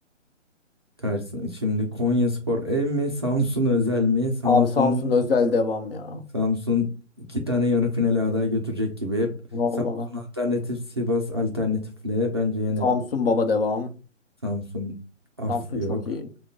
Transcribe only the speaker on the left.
Abi Samsun özel devam ya.
Vallahi.
Samsun baba devam.
Samsun
çok iyi.